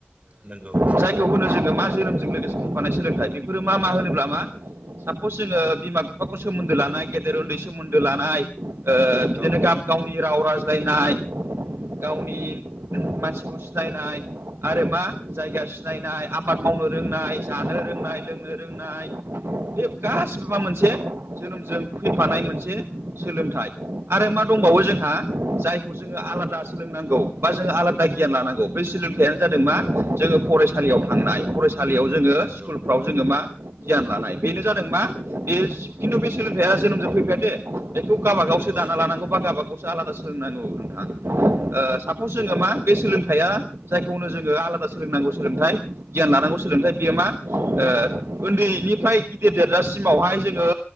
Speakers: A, on the right; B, on the right.
A: नंगौ
B: ओ जाय खौ होनो जोङो मा जोनोमजों लोगोसे फैफानाय सोलोंथाइ बेफोरो मा मा होनोब्ला मा सापस जोङो बिमा बिफाखौ सोमोन्दो लानाय गेदेर उन्दै सोमोन्दो लानाय ओ
A: औ
B: बिदिनो गाब गावनि राव रायज्लायनाय गावनि मानसिखौ सिनायनाय आरो मा जायगा सिनायनाय आबाद मावनो रोंनाय जानो रोंनाय लोंनो रोंनाय बे गासिबो मोनसे जोनोमजों फैफानाय मोनसे सोलोंथाइ आरो मा दंबावो
A: औ
B: जोंहा जायखौ जोङो आलादा सोलोंनांगौ बा जोङो आलादा गियान लानांगौ। बै सोलोंथाइयानो जादों
A: नंगौ
B: मा जोङो फरायसालियाव थांनाय फरायसालियाव जोङो
A: नंगौ
B: स्कुलफ्राव जोङो मा गियान लानाय बेनो जादों मा बेयो खिन्थु बे सोलोंथाइया जोनोमजों फैफायादे। बेखौ गावाबागावसो
A: नंगौ
B: दाना लानांगौ बा गाबागाव आलादा सोलोंनांगौ नोंथां ओ सापस जोङो मा बे सोलोंथाइया जायखौ होनो जोङो आलादा सोलोंनांगौ सोलोंथाइ गियान लानांगौ सोलोंथाइ बियो मा ओ उन्दैनिफ्राय गिदिर देरजासिमावहाय जोङो